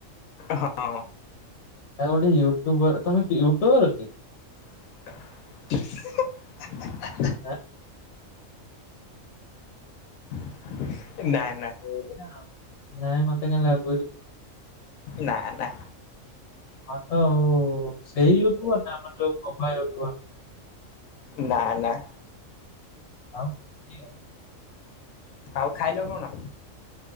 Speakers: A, on the left; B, on the left.
A: ହଁ।
B: ଆ ଗୋଟେ ୟୁଟୁବର, ତମେ କି ୟୁଟୁବର କି?
A: <unintelligible>
B: ଆଁ।
A: <inaudible> ନା
B: ସେଗୁରା। <unintelligible> ନାଇଁ ମତେ କାଇଁ ଲାଗୁ
A: ନା ନା।
B: ହଁ ତ ଆଉ ସେଇ କୁହ ନା ଆମର ଯୋଉ। <unintelligible> କୁ
A: ନା ନା।
B: <inaudible>
A: ଆଉ ଖାଇଲ କଣ?